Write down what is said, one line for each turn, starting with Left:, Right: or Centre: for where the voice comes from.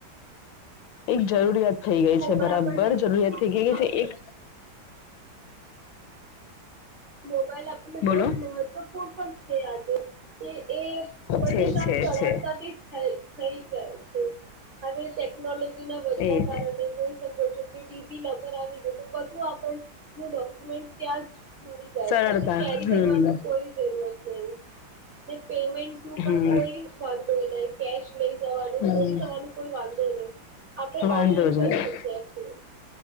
Left: એક જરૂરિયાત થઈ ગઈ
Right: મોબાઈલ
Left: છે બરાબર
Right: આપણને
Left: જરૂરિયાત થઈ ગઈ ગઈ
Right: હા
Left: છે. એક
Right: મોબાઈલ આપણને
Left: બોલો
Right: બહુ જ મહત્વપૂર્ણ પણ છે આજે એ એ બધી
Left: છે
Right: કામ
Left: છે
Right: સળળતાથી
Left: છે
Right: થાય થઈ જાય છે હવે ટેકનોલોજી ના વધતા
Left: એ રીતે
Right: કારણે જોઈ શ ડિજીલોકર આવી ગયું તો બધું આપણ ન ડોક્યુમેન્ટ ત્યાં જ મળી જાય
Left: સરળતા
Right: છે આપણે કેરી
Left: હમ
Right: કરવાનું કોઈ જરૂરત નહીં પેમેન્ટ નું
Left: હમ
Right: પણ કોઈ વાંધો નહી કેશ લઈ જવાનું
Left: હમ
Right: ચોરી થવાનું કોઈ વાંધો નહી આપણે
Left: વાંધો
Right: ઓનલાઈન
Left: જ
Right: કરી
Left: નહી
Right: શકીએ છીએ